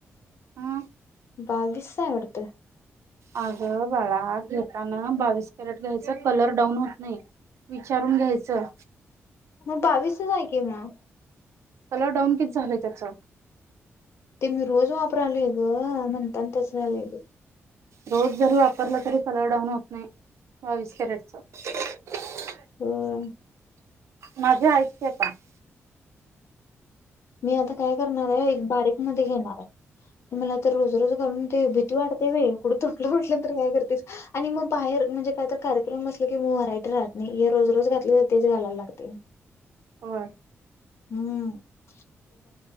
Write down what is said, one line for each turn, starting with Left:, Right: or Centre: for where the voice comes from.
Right: हम
Left: बावीसच हाय वाटत
Right: अगं बाळा घेताना बावीस कॅरेट घ्यायचं कलर डाऊन होत नाही विचारून घ्यायचं.
Left: मग बावीसच आहे की मग.
Right: कलर डाऊन कि झालंय त्याच.
Left: ते मी रोज वापराले आहे गं म्हणून - म्हणून तस झालं आहे बग -
Right: रोज जरी वापरला तरी कलर डाहून होत नाही बावीस कॅरेटच -
Left: होय
Right: माझ्या ऐक की आता -
Left: मी आता काय करणार आहे एक बारीक मध्ये घेणार आहे मला तर रोज - रोज घालून ते भीती वाटते ते बाई कुट तुटलं बीटल तर काय करतेस आणि मग बाहेर म्हणजे काय तर कार्यक्रम असले की मग व्हरायटी राहत नाही हे रोज रोज घातले तर तेच घालायला लागते मग
Right: होय
Left: हम्मं -